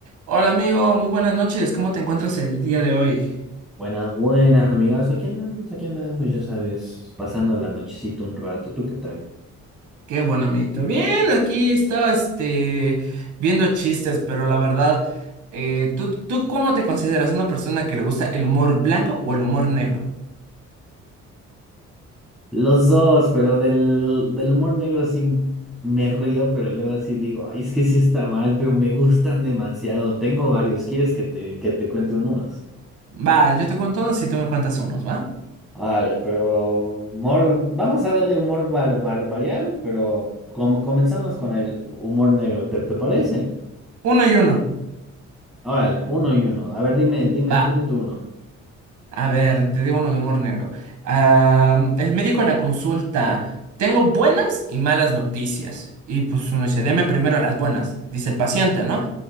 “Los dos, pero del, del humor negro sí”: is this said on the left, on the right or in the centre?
Centre